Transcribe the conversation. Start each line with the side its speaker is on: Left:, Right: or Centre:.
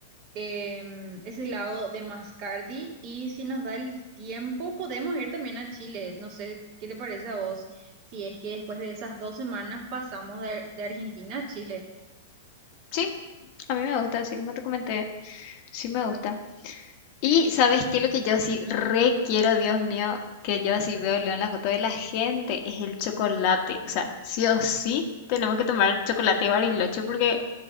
Right: em, ese lado de Mascardi y si nos da el tiempo podemos ir también a Chile. No sé qué te parece a vos, si es que después de esas dos semanas pasamos de, de Argentina a Chile.
Left: Sí, a mí me gusta, así como te comenté, sí me gusta. Y ¿sabes qué? Lo que yo así re quiero, Dios mío, que yo así veo León la foto de la gente, es el chocolate. O sea, sí o sí tenemos que tomar chocolate y Bariloche porque